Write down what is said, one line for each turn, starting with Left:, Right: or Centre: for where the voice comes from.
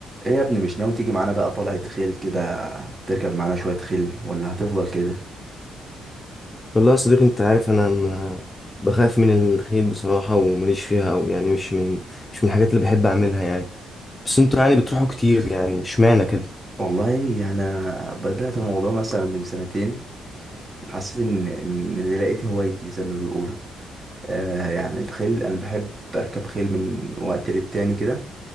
Right: ايه يا ابني مش ناوي تيجي معانا بقى طلعة خيل كده تركب معانا شوية خيل ولا هتفضل كده
Left: والله يا صديقي انت عارف انا ما بخاف من الخيل بصراحة ومليش فيها او يعني مش من مش من الحاجات اللي بحب اعملها يعني بس انتوا يعني بتروحوا كتير يعني اشمعنى كده
Right: والله يعني انا بدأت الموضوع مثلا من سنتين حسيت ان ان اللي لقيت هوايتي زي ما بيقولوا آه يعني الخيل انا بحب اركب خيل من وقت للتاني كده